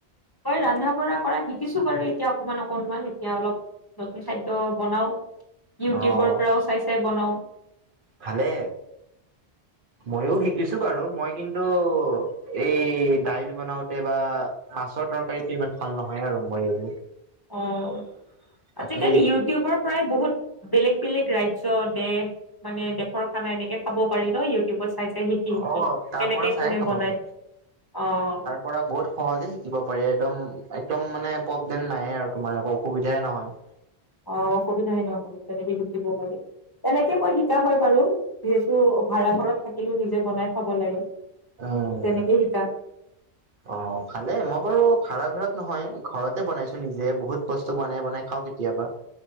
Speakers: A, on the left; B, on the right.
A: মই ৰন্ধা বঢ়া কৰা শিকিছো বাৰু এতিয়া অকমান অকনমান এতিয়া অলপ নতুন খাদ্য বনাও। ইউটিউবৰ
B: অ',
A: পৰাও চাই চাই বনাওঁ।
B: ভালে ময়ো শিকিছো বাৰু মই কিন্তু টো এই দাইল বনাওতে বা মাছৰ তৰকাৰীটো ইমান ভাল নহয় আৰু মই এইবোৰ
A: অ',
B: বাকী
A: আজিকালি ইউটিউবৰ পৰাই বহুত বেলেগ বেলেগ ৰাজ্য দেশ মানে দেশৰ খানা এনেকে খাব পাৰি ন' ইউটিউবত চাই চাই শিকি শিকি
B: অ তাৰ
A: কেনেকে
B: পৰা চাই
A: কোনে
B: খাব
A: বনায়
B: পাৰি
A: অ',
B: পৰা বহুত সহজে শিকিব পাৰে, একদম একদম মানে পব দেন নাই আৰু তোমাৰ একো অসুবিধাই নহয়। <inaudible>
A: অ', অসুবিধায়ে নহয় তেনেকৈ শিকিব পাৰি, তেনেকে বৈ শিকা হয় বাৰু। যিহেতু ভাড়া ঘৰত থাকিলেও নিজে বনাই খাব লাগে।
B: অ',
A: তেনেকেই শিকা
B: অ', ভালে মই বাৰু ভাড়া ভৰত নহয় ঘৰতে বনাইছো নিজে বহুত বস্তু বনাই বনাই খাওঁ কেতিয়াবা।